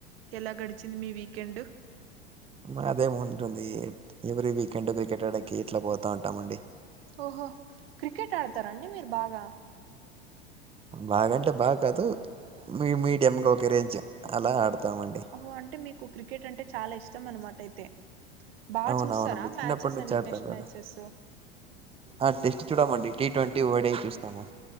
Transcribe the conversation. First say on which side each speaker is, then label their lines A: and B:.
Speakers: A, on the right; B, on the right.
A: ఎలా గడిచింది మీ వీకెండ్
B: మాదేం ఉంటుంది ఎవ్రీ వీకెండ్ క్రికెట్ అడేకి ఎట్లా పోతా ఉంటామండి
A: ఓహో క్రికెట్ ఆడుతారా అండి మీరు బాగా
B: బాగంటే బాగ కాదు మీ మీడియంగా ఒక రేంజ్ అలా ఆడతామండి
A: ఓహో అంటే మీకు క్రికెట్ అంటే చాలా ఇష్టం అన్నమాట అయితే బాగా
B: అవునవునండి
A: చూస్తారా
B: చిన్నప్పటి
A: మ్యాచెస్
B: నుంచి
A: అన్ని
B: ఆడతాం
A: టెస్ట్
B: కదా
A: మ్యాచెస్సు
B: ఆ టెస్ట్ చూడమండి టీ ట్వంటీ ఓడే చూస్తాము